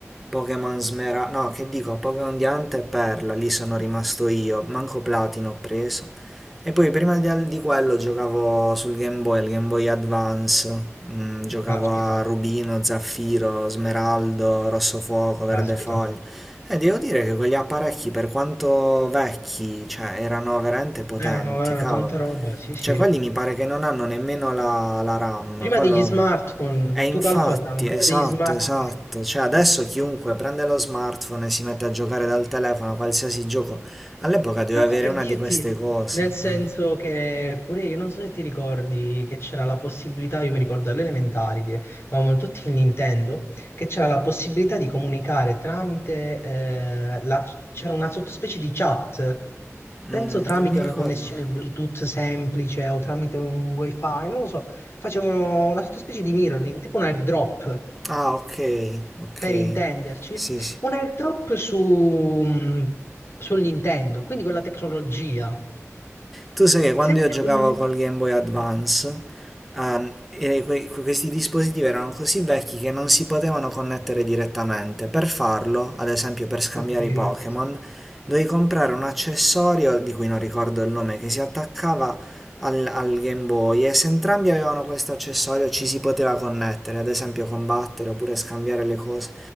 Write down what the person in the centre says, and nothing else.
Pokémon Smera, no, che dico, Pokémon Diamante e Perla, lì sono rimasto io, manco Platino ho preso. E poi prima di, al- di quello giocavo sul Game Boy, al Game Boy Advance, mm, giocavo
a Rubino, Zaffiro, Smeraldo, Rosso Fuoco, Verde
Foglia. E devo dire che quegli apparecchi, per quanto vecchi, cioè, erano veramente potenti,
cavolo.
Cioè, quelli mi pare che non hanno nemmeno la, la RAM,
quello
e infatti,
esatto,
esatto. Cioè, adesso
chiunque prende lo smartphone e si mette a giocare dal telefono a qualsiasi gioco. All'epoca doveva
avere
una
di queste cose.
Mm,
non mi
ricordo.
Ah, ok, ok.
Sì, sì.
Tu sai che quando
io giocavo
col Game Boy Advance, ehm, e que- questi dispositivi erano così vecchi che non si potevano connettere direttamente. Per farlo, ad esempio per scambiare
i Pokémon, dovevi comprare un accessorio di cui non ricordo il nome, che si attaccava al, al Game Boy e se entrambi avevano questo accessorio ci si poteva connettere, ad esempio combattere oppure scambiare le cose